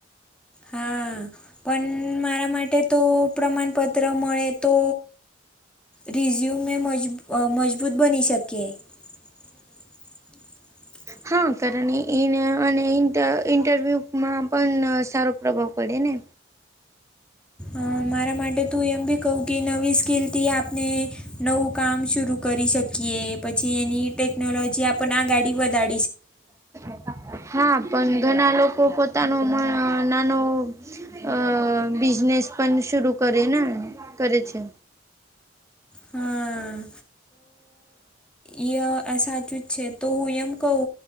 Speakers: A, in the centre; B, on the right (about 15°).
A: હા પણ મારા માટે તો પ્રમાણપત ત્ર મળે તો રિઝ્યુમ એ મજબ મજબૂત બની શકે <inaudible>
B: હા કારણ એને અને ઈન્ટર ઇન્ટરવ્યૂમાં પન સારો પ્રભાવ પડે ને
A: અ મારા માટે તું એમ બી કહું કે નવી સ્કીલથી આપને નવું કામ શુરૂ કરી શક કિએ પછી એની ટેકનોલોજી આપને આ ગાડી વધા
B: <unintelligible> હા પન ઘના લોકો પોતાનો નાનો અ બિઝનેસ પન શરૂ કરે ને કરે છે.
A: હા ઈય સાચું જ છે તો હું એમ કવ